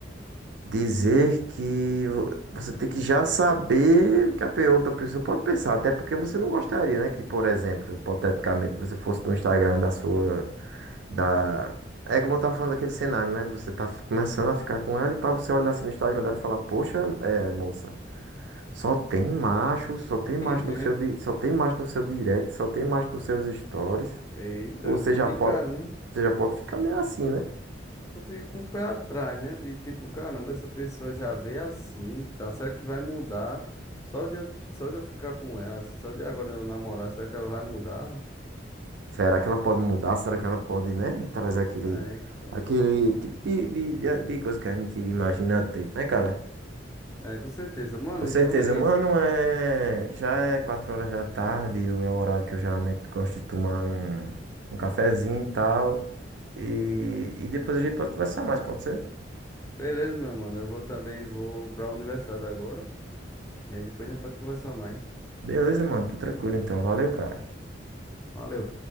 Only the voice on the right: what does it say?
Dizer que vo- você tem que já saber o que a pe- outra pessoa pode pensar, até porque você não gostaria, né? Que, por exemplo, hipoteticamente, você fosse no Instagram da sua, da... É como eu tava falando daquele cenário, né? de Você tá fi- começando a ficar com ela e pra você olhar assim no Instagram dela e falar, poxa, é, moça, só tem macho, só tem
macho no seu, di- só tem macho no seu direct, só tem macho nos seus stories.
Você
já pode,
você já pode ficar meio assim, né?
Será que ela pode mudar? Será que ela pode, né, trazer aquele,
aquele tipo de, de, de de coisa que a gente imagina ter, né, cara?
Com certeza,
mano,
é... já é quatro horas da tarde, é o horário que eu geralmente gosto de tomar um, um cafezinho e tal. E, e depois a gente pode conversar mais, pode ser?
Beleza, mano, tudo tranquilo então. Valeu, cara.